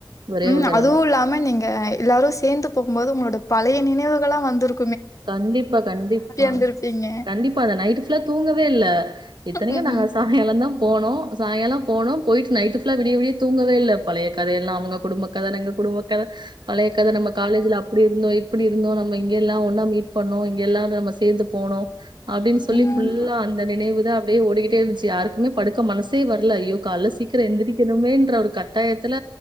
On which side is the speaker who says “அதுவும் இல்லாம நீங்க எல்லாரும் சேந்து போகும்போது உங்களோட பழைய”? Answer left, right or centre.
Left